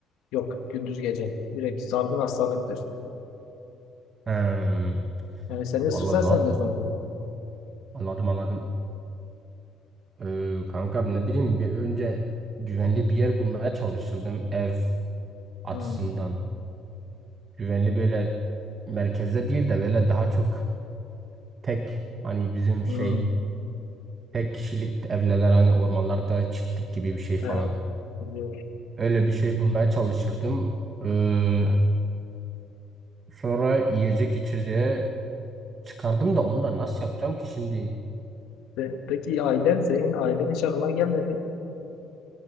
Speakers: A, on the left; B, on the right.
A: Yok gündüz gece. Direkt salgın hastalıktır.
B: Hmm,
A: Yani seni
B: vallahi
A: ısırsa
B: Zuhat
A: sen de zombi olursun.
B: anladım anladım. Ee, kanka ne bileyim bir önce güvenli bir yer bulmaya çalışırdım ev açısından.
A: Hı.
B: Güvenli böyle merkezde değil de böyle daha çok tek hani bizim şey
A: Hı.
B: tek kişilik evler hani ormanlarda çiftlik gibi bir şey falan.
A: Evet biliyorum.
B: Öyle bir şey bulmaya çalışırdım. Ee, Sonra yiyecek içeceğe çıkardım da onu da nasıl yapacağım ki şimdi?
A: Pe- Peki ailen senin ailen hiç aklına gelmedi.